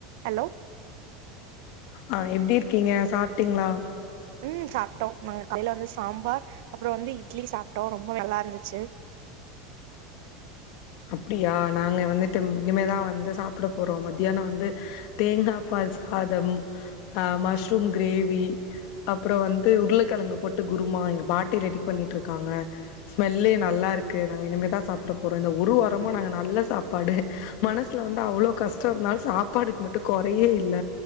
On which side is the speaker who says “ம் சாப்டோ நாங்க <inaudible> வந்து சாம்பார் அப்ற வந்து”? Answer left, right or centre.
Right